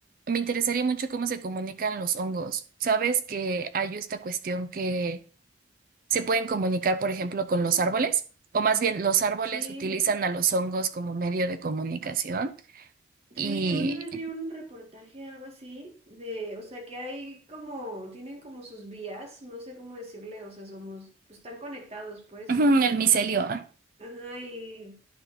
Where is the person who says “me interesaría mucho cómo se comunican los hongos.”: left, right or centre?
Right